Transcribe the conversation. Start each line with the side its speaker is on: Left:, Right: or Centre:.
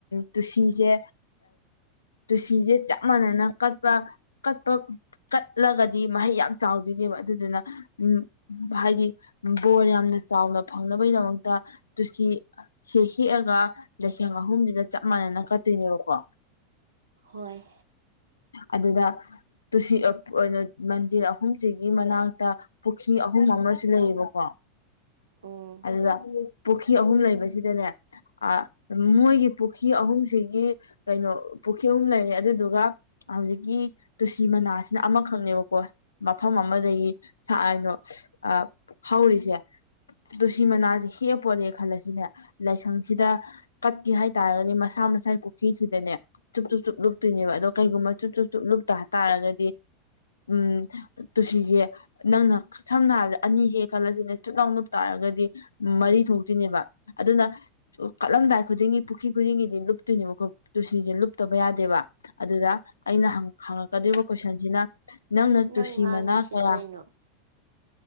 Left: ꯇꯨꯁꯤꯁꯦ ꯇꯨꯁꯤꯁꯦ ꯆꯞ ꯃꯥꯟꯅꯅ ꯀꯠꯄ ꯀꯠꯄ ꯀꯠꯂꯒꯗꯤ ꯃꯍꯩ ꯌꯥꯝ ꯆꯥꯎꯗꯣꯏꯅꯦꯕ ꯑꯗꯨꯗꯨꯅ ꯎꯝ ꯍꯥꯏꯗꯤ ꯕꯣꯔ ꯌꯥꯝꯅ ꯆꯥꯎꯅ ꯐꯪꯅꯕꯩꯗꯃꯛꯇ ꯇꯨꯁꯤ ꯁꯤ ꯍꯦꯛꯑꯒ ꯂꯤꯁꯤꯡ ꯑꯍꯨꯝꯁꯤꯗ ꯆꯞ ꯃꯥꯟꯅꯅ ꯀꯠꯇꯣꯏꯅꯦꯕꯀꯣ
Right: ꯍꯣꯏ
Left: ꯑꯗꯨꯗ ꯇꯨꯁꯤ <unintelligible> ꯃꯟꯗꯤꯔ ꯑꯍꯨꯝꯁꯤꯒꯤ ꯃꯅꯥꯛꯇ ꯄꯨꯈ꯭ꯔꯤ ꯑꯍꯨꯝ ꯑꯃꯁꯨ ꯂꯩꯌꯦꯕꯀꯣ
Right: ꯎꯝ
Left: ꯑꯗꯨꯗ ꯄꯨꯈ꯭ꯔꯤ ꯑꯍꯨꯝ ꯂꯩ꯫ ꯃꯁꯤꯗꯅꯦ ꯑ ꯃꯣꯏꯒꯤ ꯄꯨꯈ꯭ꯔꯤ ꯑꯍꯨꯝꯁꯤꯒꯤ ꯀꯩꯅꯣ ꯄꯨꯈ꯭ꯔꯤ ꯑꯍꯨꯝ ꯂꯩꯔꯦ ꯑꯗꯨꯗꯨꯒ ꯍꯧꯖꯤꯛꯀꯤ ꯇꯨꯁꯤ ꯃꯅꯥꯁꯤꯅ ꯑꯃꯈꯛꯅꯦꯕꯀꯣ ꯃꯐꯝ ꯑꯃꯗꯒꯤ ꯁꯅꯣ ꯑ ꯍꯧꯔꯤꯁꯦ ꯇꯨꯁꯤ ꯃꯅꯥꯁꯦ ꯍꯦꯛꯑꯦ ꯄꯣꯔꯦ ꯈꯜꯂꯁꯤꯅꯦ ꯂꯥꯏꯁꯪꯁꯤꯗ ꯀꯠꯀꯦ ꯍꯥꯏꯇꯥꯔꯒꯅꯦ ꯃꯁꯥ ꯃꯁꯥꯒꯤ ꯄꯨꯈ꯭ꯔꯤꯁꯤꯗꯅꯦ ꯆꯨꯞ ꯆꯨꯞ ꯆꯨꯞ ꯂꯨꯞꯇꯨꯏꯅꯦꯕ ꯑꯗꯣ ꯀꯩꯒꯨꯝꯕ ꯆꯨꯞ ꯆꯨꯞ ꯆꯨꯞ ꯂꯨꯞ ꯇ ꯇꯥꯔꯒꯗꯤ ꯎꯝ ꯇꯨꯁꯤ ꯖꯦ ꯅꯪꯅ ꯁꯝꯅ ꯍꯥꯏꯔꯕꯗ ꯑꯅꯤ ꯍꯦꯛ ꯈꯜꯂꯁꯤꯅꯦ ꯆꯨꯞꯂꯥꯎ ꯂꯨꯞ ꯇꯥꯔꯒꯗꯤ ꯃꯔꯤ ꯊꯣꯛꯇꯨꯏꯅꯦꯕ ꯑꯗꯨꯅ ꯀꯠꯂꯝꯗꯥꯏ ꯈꯨꯗꯤꯡꯒꯤ ꯄꯨꯈ꯭ꯔꯤ ꯈꯨꯗꯤꯡꯒꯤꯗꯤ ꯂꯨꯞꯇꯨꯏꯅꯦꯕꯀꯣ ꯇꯨꯜꯁꯤꯁꯦ ꯂꯨꯞꯇꯕ ꯌꯥꯗꯦꯕ ꯑꯗꯨꯗ ꯑꯩꯅ ꯍꯪꯉꯛꯀꯗꯣꯏꯕ ꯀꯣꯏꯁꯟꯁꯤꯅ ꯅꯪꯅ
Right: ꯅꯪ
Left: ꯇꯨꯁꯤ
Right: ꯉꯥꯡꯉꯤꯁꯦ
Left: ꯃꯅꯥ ꯀꯌꯥ
Right: ꯀꯩꯅꯣ